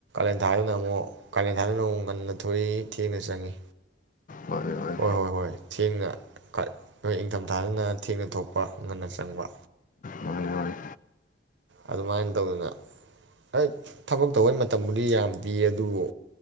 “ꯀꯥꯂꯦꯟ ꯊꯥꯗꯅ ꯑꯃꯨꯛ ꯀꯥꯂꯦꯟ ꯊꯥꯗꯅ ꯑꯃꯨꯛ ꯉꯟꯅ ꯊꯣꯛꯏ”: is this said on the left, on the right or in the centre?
Right